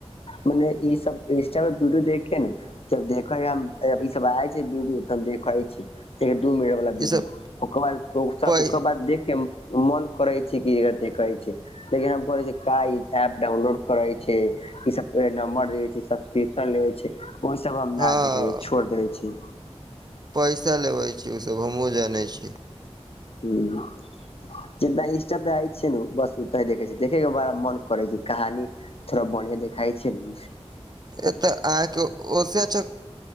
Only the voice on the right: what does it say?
ई
सब
पै
हँ
पैसा लेबै छै ओसभ हमहुँ जानै छी
ए तऽ अहाँके ओ से अच्छा